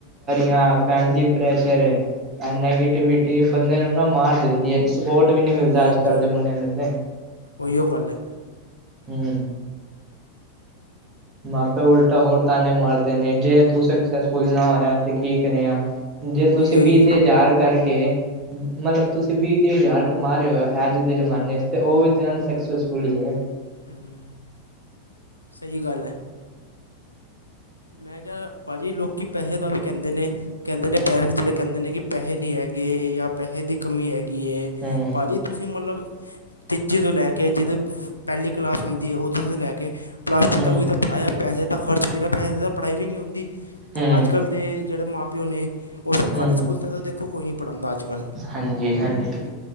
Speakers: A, on the right (about 25°); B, on the left (about 85°).
A: ਹਾਂ ਫੈਮਲੀ ਪ੍ਰੈਸ਼ਰ ਐ ਨੈਗੇਟਿਵਿਟੀ ਬੰਦੇ ਨੂੰ ਨਾ ਮਾਰ ਦਿੰਦੀ ਐ ਸਪੋਰਟ ਵੀ ਨੀ
B: ਹਾਂਜੀ
A: ਮਿਲਦਾ
B: ਹਾਂਜੀ
A: ਅੱਜ ਕੱਲ ਦੇ ਮੁੰਡਿਆਂ ਨੂੰ ਤੇ।
B: ਉਹੀਓ ਗੱਲ ਐ
A: ਹੂਂ। ਮਾਪੇ ਉਲਟਾ ਹੋਰ ਤਾਨੇ ਮਾਰਦੇ ਨੇ ਜੇ ਤੂੰ ਸਕਸੈਸਫੁਲ ਨਾ ਹੋਇਆ ਤੇ ਕੀ ਕਰੇਗਾ ਜੇ
B: ਉਹੀ
A: ਤੁਸੀਂ
B: ਉਹੀ
A: ਵੀਹ ਤੀਹ ਹਜ਼ਾਰ ਕਰਕੇ ਮਤਲਬ ਤੁਸੀਂ ਵੀਹ-ਤੀਹ ਹਜ਼ਾਰ ਕਮਾ ਰਹੇ ਔ ਅੱਜ ਦੇ ਜਮਾਨੇ ਚ, ਤੇ ਉਹ ਵੀ ਤੇ ਅਨਸੈਕਸਫੁਲ ਈ ਏ
B: ਹੂਂ ਸਹੀ ਗੱਲ ਐ ਮੈਂ ਕਿਹਾ ਭਾਜੀ ਲੋਕੀ ਪੈਹੇ ਦਾ ਵੀ ਕਹਿੰਦੇ ਨੇ ਕਹਿੰਦੇ ਨੇ ਪੇਰੈਂਟਸ ਜਿਹੜੇ ਕਹਿੰਦੇ ਨੇ, ਕਿ ਪੈਹੇ ਨਹੀਂ ਹੈਗੇ ਯਾ ਪੈਹੇ ਦੀ ਕਮੀ ਹੈਗੀ ਏ
A: ਹੂੰ
B: ਭਾਅ ਜੀ ਤੁਸੀਂ ਮਤਲਬ ਤੀਜੇ ਤੋਂ ਲੈ ਕੇ ਜਿਦੋਂ ਪਹਿਲੀ ਕਲਾਸ ਹੁੰਦੀ ਹੈ ਉਹਦੋਂ ਤੋਂ ਲੈ ਕੇ ਪਲੱਸ ਟੂ
A: ਹੂੰ
B: ਤੱਕ ਵੀ ਤਾਂ ਪੜ੍ਹਾਇਆ, ਪੋਸੇ ਤਾਂ ਖਰਚ ਬਿਨਾਂ ਪੈਸੇ ਦੇ ਤਾਂ ਪੜ੍ਹਾਈ ਵੀ ਨਹੀਂ ਹੁਂਦੀ,
A: ਹੂੰ
B: ਅੱਜ ਕੱਲ ਦੇ ਜਿਹੜੇ ਮਾਂ ਪਿਓ ਨੇ ਉਹ ਸਰਕਾਰੀ
A: ਹੂੰ
B: ਸਕੂਲ ਤਾਂ ਦੇਖੋ ਕੋਈ ਨਹੀਂ ਪੜ੍ਹਾਦਾ ਅੱਜ ਕੱਲ
A: ਹਾਂਜੀ ਹਾਂਜੀ
B: ਹਾਂ,